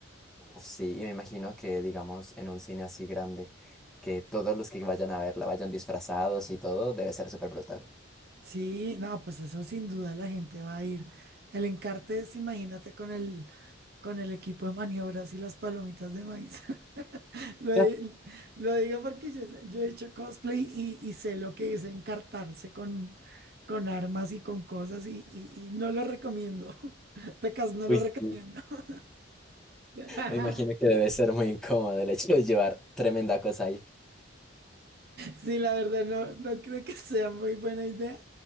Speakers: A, in the centre; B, on the right (about 50°).
A: Uf, sí, y me imagino que, digamos, en un cine así grande, que todos los que vayan a verla vayan disfrazados y todo, debe ser súper brutal.
B: Sí, no, pues eso sin duda la gente va a ir. El Encartes, imagínate con el, con el equipo de maniobras y las palomitas de maíz. <laughs> Lo, di-
A: <laughs>
B: lo digo porque yo, yo he hecho cosplay y, y sé lo que es encartarse con, con armas y con cosas y, y- y no lo recomiendo. <laughs> Pecas, no
A: Uy,
B: lo
A: sí.
B: recomiendo. <laughs> <laughs>
A: Me imagino que debe ser muy incómodo el hecho de llevar tremenda cosa ahí.
B: Sí, la verdad, no, no creo que sea muy buena idea.